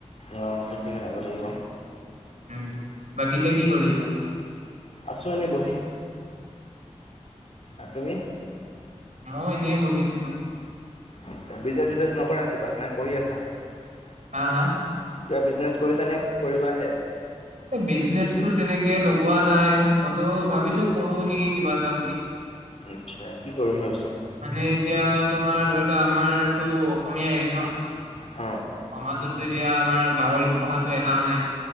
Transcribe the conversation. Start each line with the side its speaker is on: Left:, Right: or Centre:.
Left: অ, মনেকৈ মিলাব লাগিব।
Right: উম, বাকী এতিয়া কি কৰি আছা।
Left: আছোঁ এনে বহি, আপোনি?
Right: ম এনেই বহি আছিলো।
Left: আচ্ছা বিজ নকৰা কিবা, নাই কৰি আছা কিবা
Right: হা হা
Left: বিজনেছ কৰিছা নে কৰিবাহে।
Right: এই বিজনেচ টো তেনেকে লগোৱা নাই হলেও ভাবিছো কৰো নেকি কিবা এটা বুলি।
Left: আচ্ছা কি কৰিম ভাবিছা।
Right: মানে এতিয়া তোমাৰ ধৰি লোৱা আমাৰতো অসমীয়া হেৰি ন।
Left: অ,
Right: সমাজতো এতিয়া আমাৰ গাহৰি পোহাটো এলাও নাই।